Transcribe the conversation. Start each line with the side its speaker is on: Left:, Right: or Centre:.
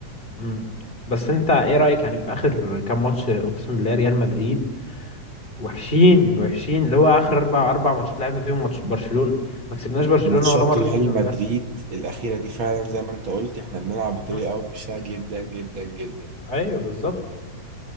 Left: امم بس انت ايه رايك يعني في اخر كام ماتش اقسم بالله ريال مدريد وحشين وحشين اللي هو اخر اربع اربع ماتشات لعبنا فيهم ماتش برشلونه ما كسبناش برشلونه
Right: ماتشات
Left: ولا مره
Right: ريال
Left: السيزون
Right: مدريد
Left: ده
Right: الأخيرة دي فعلا زي ما أنت قلت إحنا بنلعب بطريقة
Left: امم
Right: وحشة جدا جدا جدا
Left: ايوه بالظبط